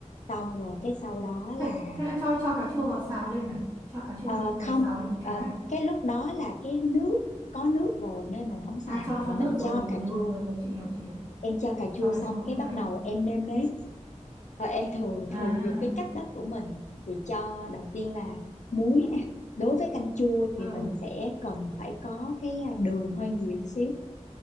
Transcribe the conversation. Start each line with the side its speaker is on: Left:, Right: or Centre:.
Left: Xong rồi cái sau đó
Right: thế,
Left: là
Right: thế là cho cho cà chua vào xào lên à cho cà chua
Left: ờ,
Right: lên xào
Left: không,
Right: xào lên với
Left: ờ,
Right: cá à
Left: cái lúc đó là cái nước có nước rồi nên mình không xào
Right: À, cho
Left: mà
Right: cho
Left: mình
Right: nước
Left: cho
Right: rồi
Left: cà
Right: ừ, đúng
Left: chua.
Right: rồi rồi rồi chị hiểu chị hiểu
Left: Em cho cà chua
Right: cho cà
Left: xong
Right: chua
Left: cái
Right: ok
Left: bắt đầu em nêm nếm. Ờ, em thường
Right: à
Left: thường dùng cái cách đó của mình thì cho đầu tiên là muối nè. Đối với canh chua thì
Right: ừ
Left: mình sẽ cần phải có cái à, đường hơi nhiều xíu